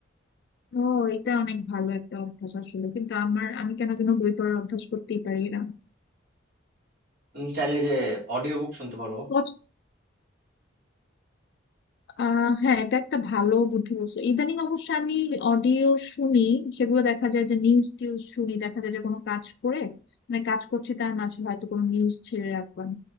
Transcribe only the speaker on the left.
ও এটা অনেক ভালো একটা অভ্যাস আসলে কিন্তু আমার আমি কেন যেন বই পড়ার অভ্যাস করতেই পারি না
তোমার আহ হ্যাঁ এটা একটা ভালো বুদ্ধি বলছো ইদানিং অবশ্য আমি অডিও শুনি সেগুলো দেখা যায় যে নিউজ টিউজ শুনি দেখা যায় যে কোনো কাজ করে মানে কাজ করছি তার মাঝে হয়তো কোনো নিউজ ছেড়ে রাখলাম